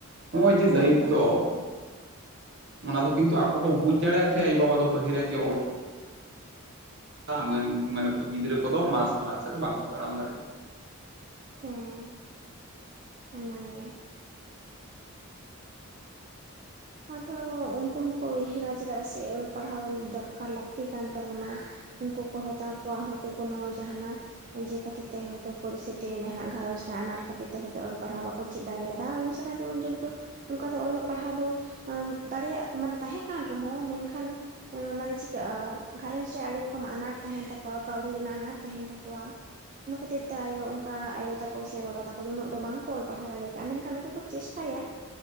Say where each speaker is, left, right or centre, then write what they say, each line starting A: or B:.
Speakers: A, on the right (about 55°); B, on the right (about 35°).
A: ᱱᱚᱜᱼᱚᱭ ᱡᱮ
B: ᱦᱮᱸ
A: ᱫᱟᱭᱤᱛᱚ᱾
B: ᱛᱚ
A: ᱚᱱᱟ ᱫᱚ ᱠᱤᱱᱛᱩ ᱟᱠᱚ ᱠᱚ ᱵᱩᱡᱽ ᱫᱟᱲᱮᱭᱟᱜ ᱛᱟᱦᱮᱸᱫ ᱟᱭᱳᱵᱟ ᱫᱚ ᱯᱟᱹᱦᱤᱨ ᱨᱮᱱ ᱡᱮ ᱚᱞ ᱢᱟᱱᱮ ᱜᱤᱫᱽᱨᱟᱹ ᱠᱚᱫᱚ ᱢᱟᱨᱥᱟᱞ ᱰᱟᱦᱟᱨ ᱥᱮᱫ ᱫᱚ ᱵᱟᱝᱠᱚ ᱛᱟᱲᱟᱢ ᱫᱟᱲᱮᱭᱟᱜᱼᱟ᱾
B: ᱦᱮᱸ ᱚᱱᱟᱜᱮ᱾ ᱟᱫᱚ ᱩᱱᱠᱩ ᱦᱚᱱᱸᱠᱚ ᱩᱭᱦᱟᱹᱨᱟ ᱪᱮᱫᱟᱜ ᱥᱮ ᱚᱞ ᱯᱟᱲᱦᱟᱣ ᱫᱚᱨᱠᱟᱨ ᱞᱟᱹᱠᱛᱤ ᱠᱟᱱ ᱛᱟᱵᱚᱱᱟ᱾ ᱩᱱᱠᱩ ᱠᱚ ᱦᱚᱭ ᱛᱚ ᱟᱠᱭᱟᱜ ᱦᱳᱭᱛᱳ ᱠᱳᱱᱳ ᱡᱟᱦᱟᱱᱟᱜ, ᱤᱭᱟᱹ ᱠᱷᱟᱹᱛᱤᱨ ᱛᱮ ᱦᱚᱭᱛᱳ ᱯᱚᱨᱤᱥᱛᱷᱤᱛᱤ ᱡᱟᱦᱟᱸ ᱜᱷᱟᱨᱚᱸᱡᱽ ᱨᱮᱱᱟᱜ ᱟᱱᱟᱴ ᱠᱷᱟᱹᱛᱤᱨ ᱛᱮ ᱦᱳᱭᱛᱳ ᱚᱞ ᱯᱟᱲᱦᱟᱣ ᱵᱟᱠᱚ, ᱪᱮᱫ ᱫᱟᱲᱮ ᱠᱟᱫᱟ ᱟᱨ ᱩᱱ ᱥᱮᱫᱟᱭ ᱫᱚ ᱩᱱ ᱡᱩᱜ ᱫᱚ ᱚᱱᱠᱟ ᱫᱚ ᱚᱞᱚᱜ ᱯᱟᱲᱦᱟᱣ ᱫᱚ, ᱫᱟᱲᱮᱭᱟᱜ ᱢᱟᱱᱮ ᱛᱟᱦᱮᱸ ᱠᱟᱱ ᱨᱮᱦᱚᱸ ᱢᱮᱱᱠᱷᱟᱱ, ᱢᱟᱱᱮ ᱪᱤᱠᱟᱹᱜᱼᱟ ᱜᱷᱟᱸᱨᱚᱡᱽ ᱨᱮ ᱟᱰᱤ ᱨᱚᱠᱚᱢ ᱟᱱᱟᱴ ᱛᱟᱦᱮᱱ ᱛᱟᱠᱚᱣᱟ ᱠᱟᱹᱣᱰᱤ ᱨᱮᱱᱟᱜ ᱟᱱᱟᱴ ᱛᱟᱦᱮᱱ ᱛᱟᱠᱣᱟ᱾ ᱚᱱᱟ ᱠᱷᱟᱹᱛᱤᱨ ᱛᱮ ᱟᱭᱳ ᱚᱱᱠᱟ ᱟᱭᱳ ᱛᱟᱠᱚ ᱥᱮ ᱵᱟᱵᱟ ᱛᱟᱠᱚ ᱫᱚ ᱩᱱᱟᱹᱜ ᱫᱚ ᱵᱟᱝᱠᱚ ᱚᱞ ᱯᱟᱲᱦᱟᱣ ᱫᱟᱲᱮᱠᱟᱜᱼᱟ ᱢᱮᱱᱠᱷᱟᱱ ᱩᱱᱠᱩ ᱠᱚ ᱪᱮᱥ ᱴᱟᱭᱟ